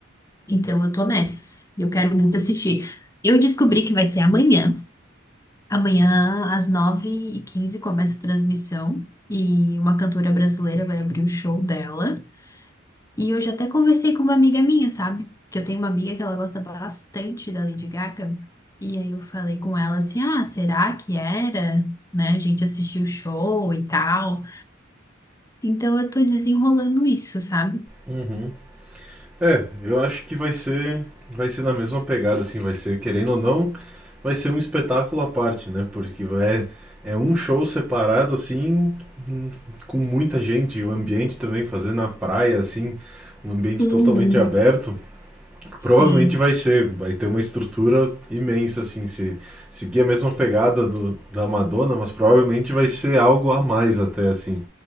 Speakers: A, on the left; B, in the centre.
A: Então eu tô nessas. E eu quero muito assistir. Eu descobri que vai ser amanhã. Amanhã, às nove e quinze começa a transmissão e uma cantora brasileira vai abrir o show dela. E eu já até conversei com uma amiga minha, sabe? Que eu tenho uma amiga que ela gosta bastante da Lady Gaga. E aí eu falei com ela assim: ah, será que era? Né? A gente assistiu o show e tal. Então eu tô desenrolando isso, sabe?
B: Uhum. É, eu acho que vai ser vai ser na mesma pegada, assim, vai ser, querendo ou não, vai ser um espetáculo à parte, né? Porque é, é um show separado, assim, hum, com muita gente, e o ambiente também, fazer na praia, assim, um ambiente
A: Uhum.
B: totalmente aberto.
A: Sim,
B: Provavelmente vai ser, vai ter uma estrutura imensa, assim, se seguir a mesma pegada do, da Madonna, mas provavelmente vai ser algo a mais até, assim,